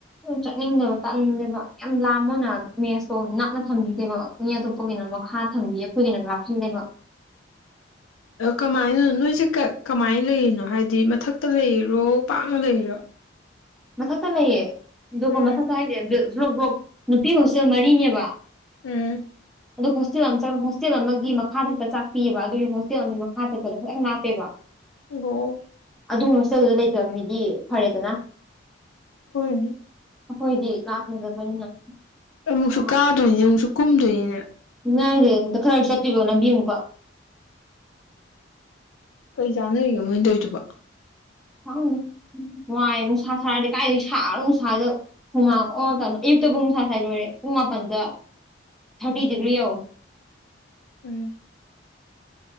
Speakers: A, in the centre; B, on the left.
A: ꯆꯠꯅꯤꯡꯗꯕ ꯇꯥꯛꯅꯤꯡꯗꯦꯕ ꯌꯥꯝ ꯂꯥꯝ ꯑꯣꯏꯅ ꯃꯦꯁꯇꯣ ꯅꯛꯅ ꯊꯝꯕꯤꯗꯦꯕ ꯃꯤ ꯑꯇꯣꯞꯄꯒꯤꯅꯣ ꯃꯈꯥ ꯊꯝꯕꯤ ꯑꯩꯈꯣꯏꯒꯤꯅꯣ ꯂꯥꯞꯁꯤꯜꯂꯦꯕ
B: ꯀꯃꯥꯏꯅ ꯅꯣꯏꯁꯦ ꯀꯃꯥꯏꯅ ꯂꯩꯔꯤꯅꯣ ꯍꯥꯏꯕꯗꯤ ꯃꯊꯛꯇ ꯂꯩꯔꯣ ꯄꯥꯛꯅ ꯂꯩꯔꯤꯔꯣ
A: ꯃꯊꯛꯇ ꯂꯩꯌꯦ ꯑꯗꯨꯒ
B: ꯎꯝ
A: ꯃꯊꯛꯇ ꯍꯥꯏꯁꯦ ꯕ꯭ꯂꯣꯛ ꯕ꯭ꯂꯣꯛ ꯅꯨꯄꯤ ꯍꯣꯁꯇꯦꯜ ꯃꯔꯤꯅꯦꯕ
B: ꯎꯝ
A: ꯑꯗꯨꯣ ꯍꯣꯁꯇꯦꯜ ꯑꯃ ꯍꯣꯁꯇꯦꯜ ꯑꯃꯒꯤ ꯃꯈꯥꯗ ꯍꯦꯛꯇ ꯆꯥꯛꯄꯤꯑꯕ ꯑꯗꯨꯒꯤ ꯍꯣꯁꯇꯦꯜ ꯑꯃꯒꯤ ꯃꯈꯥ ꯆꯠꯄꯗ ꯈꯤꯇꯪ ꯉꯥꯞꯄꯦꯕ
B: ꯒꫭ
A: ꯑꯗꯨ ꯍꯣꯁꯇꯦꯜꯗꯨꯗ ꯂꯩꯇꯕ ꯃꯤꯗꯤ ꯐꯔꯦꯗꯅ
B: ꯍꯣꯏ
A: ꯑꯩꯈꯣꯏꯗꯤ ꯂꯥꯥꯞꯄ‌ꯦꯕ ꯆꯠꯄꯅꯤꯅ
B: ꯑꯩ ꯑꯃꯨꯛꯁꯨ
A: ꯑ
B: ꯀꯥꯗꯣꯏꯅꯤ ꯑꯃꯨꯛꯁꯨ ꯀꯨꯝꯗꯣꯏꯅꯤꯅꯦ
A: ꯉꯥꯏꯁꯦ ꯑꯝꯇ ꯈꯔꯁꯨ ꯆꯠꯇ꯭ꯕꯣ ꯂꯝꯕꯤ ꯑꯃꯨꯛꯀ
B: ꯀꯔꯤ ꯆꯥꯅꯔꯤꯒꯦ ꯃꯣꯏ ꯇꯧꯔꯤꯗꯨꯕꫭ
A: ꯍꯪ ꯅꯨꯡꯉꯥꯏꯦ ꯅꯨꯡꯁꯥ ꯁꯥꯔꯗꯤ ꯀꯥꯏꯗꯒꯤ ꯁꯥꯒꯔꯕ ꯅꯨꯡꯁꯥꯗꯨꯗ ꯍꯨꯃꯥꯡ ꯑꯣ ꯇꯥꯅꯣ ꯑꯌꯨꯛꯇ ꯄꯨꯡ ꯅꯨꯡꯁꯥ ꯁ꯭ꯋꯥꯏ ꯂꯣꯏꯔꯦ ꯄꯨꯡ ꯃꯥꯄꯟꯗ ꯊꯥꯔꯇꯤ ꯗꯤꯒ꯭ꯔꯤ ꯌꯧꯔꯦ
B: ꯎꯝ